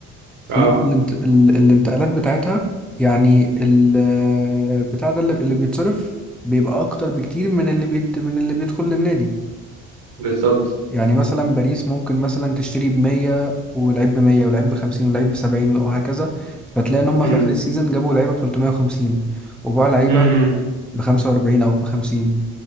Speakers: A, in the centre; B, on the right (about 80°).
A: فلوس
B: اه
A: الانت... ال- الانتقالات بتاعتها يعني ال- بتاع ده اللي, اللي بيتصرف بيبقى اكتر بكتير من اللي بيت... من اللي بيدخل للنادي
B: بالظبط
A: يعني مثلا باريس ممكن مثلا تشتري ب 100 ولعيب ب 100 ولعيب ب 50 ولعيب ب 70 وهكذا فتلاقي ان هم
B: امم
A: في اخر السيزون جابوا لعيبه ب 350 وباعوا لعيبه
B: امم
A: ب 45 او ب 50